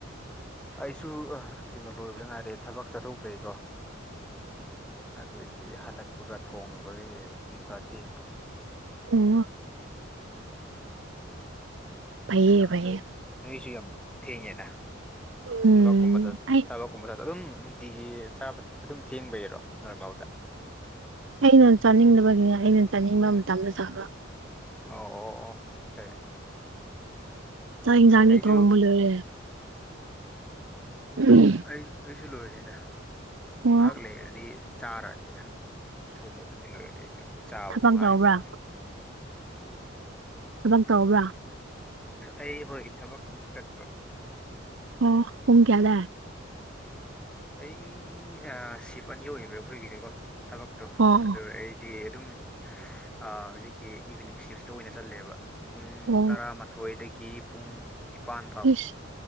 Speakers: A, in the centre; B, on the right.
A: ꯑꯩꯁꯨ ꯀꯩꯅꯣ ꯂꯣꯏꯕꯗ ꯉꯥꯏꯔꯦ ꯊꯕꯛ ꯆꯠꯊꯣꯛꯄꯩꯀꯣ ꯑꯗꯨꯏꯗꯤ ꯍꯜꯂꯛꯄꯒ ꯊꯣꯡꯉꯤꯕꯒꯤ ꯑꯗꯨꯝ ꯈꯔ ꯊꯦꯡꯈ꯭ꯔꯦ
B: ꯑꯣ ꯐꯩꯌꯦ
A: ꯌꯥꯝ
B: ꯐꯩꯌꯦ
A: ꯅꯣꯏꯁꯨ ꯌꯥꯝ ꯊꯦꯡꯉꯦꯅ
B: ꯎꯝ
A: ꯊꯕꯛꯀꯨꯝꯕ
B: ꯑꯩ
A: ꯊꯕꯛꯀꯨꯝꯕ ꯑꯗꯨꯝ ꯅꯨꯡꯇꯤꯒꯤ ꯆꯥꯕ ꯑꯗꯨꯝ ꯊꯦꯡꯕꯩꯔꯣ ꯅꯣꯔꯃꯦꯜꯗ
B: ꯑꯩꯅ ꯆꯥꯅꯤꯡꯗꯕꯒꯤꯅꯦ ꯑꯩꯅ ꯆꯥꯅꯤꯡꯕ ꯃꯇꯝꯗ ꯆꯥꯕ
A: ꯑꯣ ꯑꯣ ꯑꯣꯆꯥꯏ
B: ꯆꯥꯛ ꯏꯟꯁꯪꯗꯤ
A: ꯑꯩꯁꯨ
B: ꯊꯣꯡꯕꯂꯣꯏꯔꯦ ꯎꯝ
A: ꯑꯩꯑꯩꯁꯨ ꯂꯣꯏꯔꯦꯗ
B: ꯑꯣ
A: ꯉꯥꯏꯍꯥꯛ ꯂꯩꯔꯗꯤ ꯆꯥꯔꯅꯤꯗ ꯊꯣꯡꯕꯕꯨꯗꯤ ꯂꯣꯏꯔꯦꯗ ꯆꯥꯕꯗꯣ
B: ꯊꯕꯛ
A: ꯉꯥꯏꯑꯕꯅꯦꯗ
B: ꯇꯧꯕ꯭ꯔꯥ ꯊꯕꯛ ꯇꯧꯕ꯭ꯔꯥ
A: ꯑꯩ ꯍꯣꯏ ꯊꯕꯛ ꯆꯠꯄ
B: ꯑꯣ ꯄꯨꯡ ꯀꯌꯥꯗ
A: ꯑꯩ ꯁꯤꯐ ꯑꯅꯤ ꯌꯧꯕ ꯑꯩꯈꯣꯏꯒꯤꯗꯤꯀꯣ ꯊꯕꯛꯇꯣ
B: ꯑꯣ ꯑꯣ
A: ꯑꯗꯨꯑꯩ ꯗꯤ ꯑꯗꯨꯝ ꯍꯧꯖꯤꯛꯀꯤ ꯏꯚꯤꯅꯤꯡ ꯁꯤꯐꯇ ꯑꯣꯏꯅ ꯆꯠꯂꯦꯕ ꯄꯨꯡ
B: ꯑꯣ
A: ꯇꯔꯥ ꯊꯣꯏꯗꯒꯤ ꯄꯨꯡ ꯅꯤꯄꯥꯟ
B: ꯏꯁ